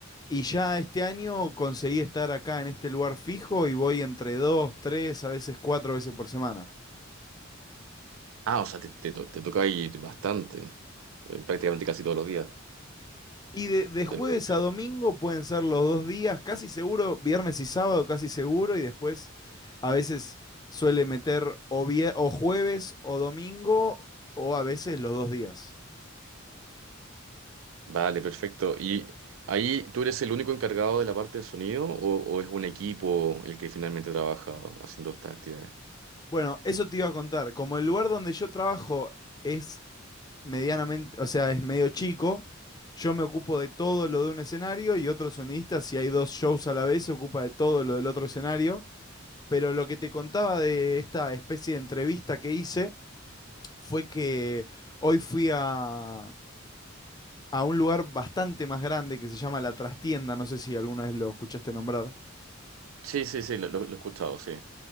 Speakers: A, on the left; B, on the right.
A: Y ya este año conseguí estar acá en este lugar fijo y voy entre dos, tres, a veces cuatro veces por semana.
B: Ah, o sea, te, te, to- te toca ir bastante, eh, prácticamente casi todos los días.
A: Y de, de jueves
B: de lunes a viernes.
A: a domingo pueden ser los dos días, casi seguro, viernes y sábado, casi seguro, y después a veces suele meter o, vie- o jueves o domingo, o a veces los dos días.
B: Vale, perfecto. ¿Y ahí tú eres el único encargado de la parte de sonido o, o es un equipo el que finalmente trabaja haciendo estas actividades?
A: Bueno, eso te iba a contar. Como el lugar donde yo trabajo es medianamente, o sea, es medio chico, yo me ocupo de todo lo de un escenario y otro sonidista, si hay dos shows a la vez, se ocupa de todo lo del otro escenario. Pero lo que te contaba de esta especie de entrevista que hice fue que hoy fui a, a un lugar bastante más grande que se llama La Trastienda, no sé si alguna vez lo escuchaste nombrar.
B: Sí, sí, sí, lo, lo- lo he escuchado, sí.